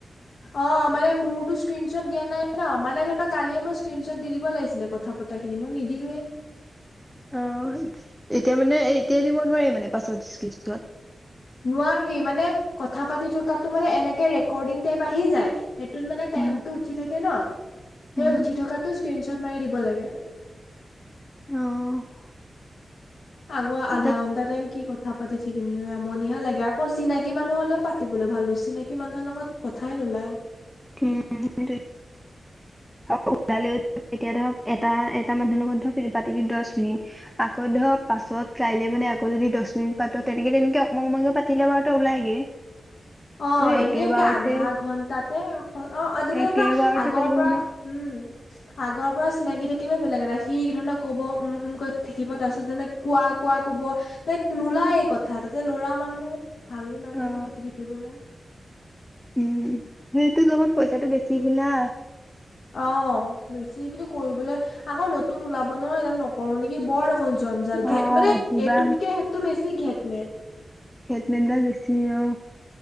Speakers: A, on the left; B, in the centre.
A: অ', মানে মোৰতো স্ক্ৰীনশ্বট দিয়া নাই ন। মানে ধৰ কালিয়ে মোক স্ক্ৰীনশ্বট দি দিব লাগিছিলে কথা পতাখিনি মই নিদিলোয়েই।
B: অ', এতিয়া মানে এই এতিয়াই দিব নোৱাৰি মানে পাছত স্ক্ৰীনশ্বট?
A: নোৱাৰি, মানে কথা পাতি থকাতো মানে এনেকে ৰেকৰ্ডিং টাইপ আহি যায়। সেইটোত মানে টাইমটো
B: উম,
A: উঠি থাকে ন। সেই
B: উম,
A: উঠি থকাটো স্ক্ৰীনশ্বট মাৰি দিব লাগে।
B: অ'।
A: আগৰ আধা
B: তাত
A: ঘন্টা টাইম কি কথা পাতি থাকিমনো আমনিহে লাগে। আকৌ চিনাকি মানুহ হ'লেও পাতিবলৈ ভালো চিনাকি মানুহৰ লগত কথাই নোৱাই।
B: উম, সেইটোৱে। অ', ওলালি তেতিয়া ধৰ এটা এটা মানুহৰ লগত ধৰক পাতিলি দহ মিনিট। আকৌ ধৰক পাছত কাইলে মানে আকৌ যদি দহ মিনিট পাত তেনেকে তেনেকে অকমাণ অকমাণকে পাতিলে বাৰুতে ওলাইগে। <inaudible>
A: অ',
B: একেবাৰতে
A: এনেকে আধা ঘন্টাতে অ' <unintelligible>
B: একেবাৰতে
A: আগৰ
B: পাৰিব
A: পৰা
B: <inaudible>
A: উম আগৰ পৰা চিনাকি থাকিলেও বেলেগ এটা সি কি ধৰণৰ ক'ব উম থাকিব তাৰ পিছত যেনে কোৱা-কোৱা কব, তাই নোলায় কথা তাতে লৰা মানুহ ভালো নালাগে
B: অ
A: পাতি থাকিবলৈ।
B: উম, সেইটো লগন পইচাটো বেছি বোলা।
A: অ, বেছি কিন্তু কৰিবলৈ আকৌ নতুন ওলাব ন এডাল নকৰো নেকি বৰ জঞ্জাল
B: অ
A: ঘে মানে
B: কিবা
A: এইটোতকে সেইটো বেছি ঘেট-মেট।
B: খেট-মেটডাল বেছি অ,